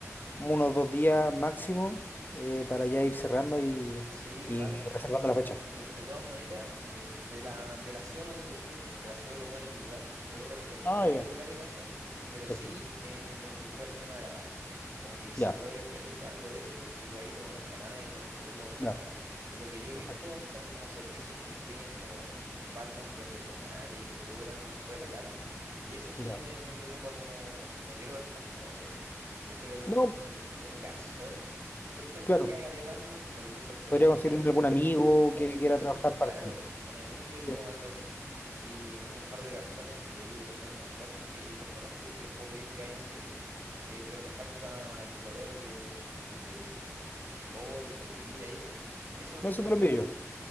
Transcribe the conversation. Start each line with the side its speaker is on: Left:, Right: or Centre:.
Left: unos dos días máximo eh, para ya ir cerrando y,
Right: Sí,
Left: y
Right: vale.
Left: reservando
Right: Y
Left: la fecha.
Right: de, de todas maneras, eh, de la, del aseo no te preocupes porque el aseo lo pone en lugar, que es otra cosa que incluye
Left: Ah,
Right: el
Left: ya,
Right: lugar y el aseo, pero sí
Left: perfecto.
Right: eh, me preocupa el tema de la barra. Como que si
Left: Ya,
Right: puedes ver algo de eso, porque yo ahí no conozco a nadie, no, no tengo contacto.
Left: ya,
Right: Y lo que yo he
Left: perfecto.
Right: visto son como servicios que incluyen como barman profesionales y que te cobran un ojo de la cara. Y eso sí
Left: Ya.
Right: me, me preocupa como, no quiero gastar como eso. Prefiero como
Left: No,
Right: un, un garzón por ejemplo,
Left: claro,
Right: que haga de barman de algún restaurante
Left: podría
Right: que
Left: conseguirme
Right: quiera hacer
Left: algún
Right: un,
Left: amigo
Right: un
Left: que
Right: pituto,
Left: quiera trabajar
Right: claro,
Left: part-time.
Right: un amigo,
Left: Sí.
Right: algo así, y un, un par de garzones de ahí, de los buenos muchachos que los conozco y que les puedo pedir que vayan a hacer eso, eh, pero me falta el proveedor de, de licores, de bebida y eso, eso es lo
Left: No,
Right: que estaría
Left: Eso te lo
Right: faltando.
Left: envío yo.